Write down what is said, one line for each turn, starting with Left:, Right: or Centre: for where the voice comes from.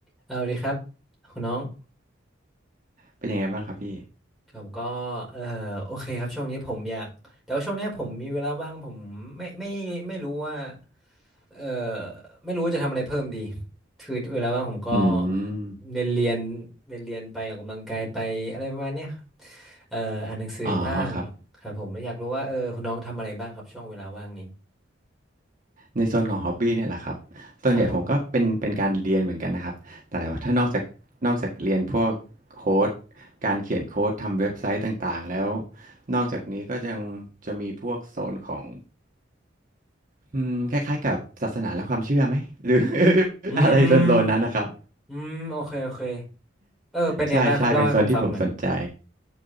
Centre: เอาดีครับคุณน้อง
Right: เป็นยังไงบ้างครับพี่
Centre: ผมก็เออโอเคครับช่วงนี้ผมอยากแต่ว่าช่วงเนี้ยผมมีเวลาว่างผมไม่ไม่ไม่รู้ว่าเออไม่รู้จะทำอะไรเพิ่มดีคือเวลาว่างผมก็
Right: อืม
Centre: เรียนเรียนเรียนเรียนไปออกกำลังกายไปอะไรประมาณเนี้ยเอออ่านหนังสือบ้างครับผมไม่อยากรู้ว่าเออคุณน้องทำอะไรบ้างครับช่วงเวลาว่างนี้
Right: อ๋อครับในโซนของฮอบบี้เนี่ยแหละครับส่วนใหญ่ผมก็เป็นเป็นการเรียนเหมือนกันนะครับ
Centre: ครับผม
Right: แต่ว่าถ้านอกจากนอกจากเรียนพวกโค้ดการเขียนโค้ดทำเว็บไซต์ต่างๆแล้ว นอกจากนี้ก็ยังจะมีพวกโซนของอืมคล้ายๆกับศาสนาและความเชื่อไหมหรือ <laughs>
Centre: อื
Right: อะไรโซนๆนั้นนะครับ
Centre: มอืมโอเคโอเคเออเป็นไงบ้างครับเล่าให้ผมฟังหน่อย
Right: ใช่ใช่เป็นโซนที่ผมสนใจ